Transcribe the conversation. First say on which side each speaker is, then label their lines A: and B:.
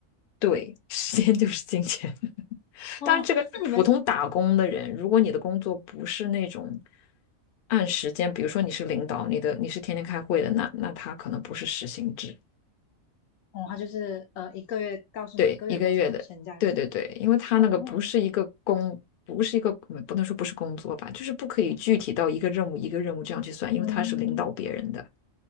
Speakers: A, on the left (about 60°); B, on the left (about 80°).
A: 对，<laughs> 时间就是金钱。<laughs>
B: 哦，
A: 当然，这个是普通打工的人。
B: 那你们，
A: 如果你的工作不是那种按时间，比如说你是领导，你的你是天天开会的，那那他可能不是时薪制，
B: 哦，他就是呃，一个月告诉你一个月多少钱这样子，
A: 对，一个月的，对对对，因为他那个不是一个工，
B: 哦哇，
A: 不是一个，嗯不能说不是工作吧，就是不可以具体到一个任务一个任务这样去算，因为他是领导别人的。
B: 嗯。